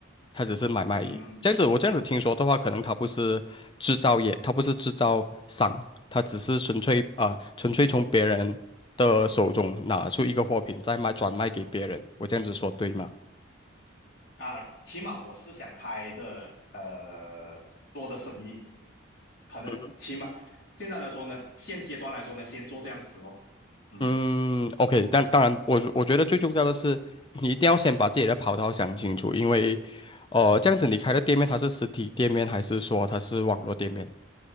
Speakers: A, on the left; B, on the left.
A: 它只是买卖而已这样子，
B: 嗯
A: 我这样子听说的话，可能它不是制造业，它不是制造商，它只是纯粹啊、纯粹从别人的手中拿出一个货品，再卖转卖给别人。我这样子说对吗？
B: 啊，起码我是想开的，呃，做的生意，可能起码现在来说呢，
A: 嗯哼，
B: 现阶段来说呢，先做这样子咯。嗯
A: 嗯，OK，但当然，我我觉得最重要的是，你一定要先把自己的跑道想清楚，因为，呃，这样子你开的店面它是实体店面还是说它是网络店面？